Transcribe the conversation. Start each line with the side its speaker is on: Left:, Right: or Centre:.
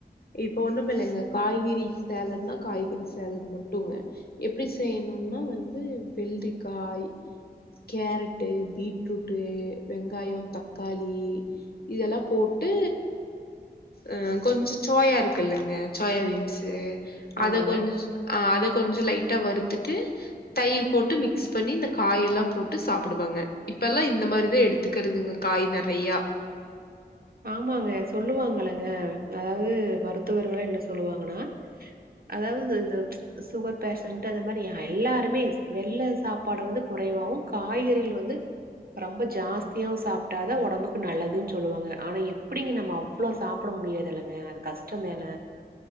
Left: இப்ப ஒன்னுமில்லங்க காய்கறி சேலடுனா காய்கறி சோலட் மட்டுங்க எப்டி செய்யணும்னா வந்து வெள்ளிக்காய் கேரட்டு பீட்ரூட்டு வெங்காயோ தக்காளி இதெல்லா போட்டு அ கொஞ்சோ சோயா இருக்குல்லங்க சோயா பீன்ஸு அத
Right: ஆமாங்க
Left: கொஞ்சுஸ் ஆ அத கொஞ்சோ லைட்டா வறுத்துட்டு தயிர் போட்டு மிக்ஸ் பண்ணி இந்த காயெல்லா போட்டு சாப்டுவாங்க இப்பெல்லா இந்த மாதிரிதா எடுத்துக்கறதுங்க காய் நறையா
Right: ஆமாங்க சொல்லுவாங்கலங்க அதாவது மருத்துவர்கள என்ன சொல்லுவாங்கனா அதாவது இந்த சுகர் பேஷன்ட் அந்த மாதிரி யா எல்லாருமே வெள்ள சாப் பாடு வந்து குறைவாவு காய்கறிகள் வந்து ரொம்ப ஜாஸ்தியாவு சாப்டாதா ஒடம்புக்கு நல்லதுன்னு சொல்லுவாங்க ஆனா எப்புடிங்க நம்ம அவ்ளோ சாப்ட முடியாதுல்லங்க அது கஷ்டோதான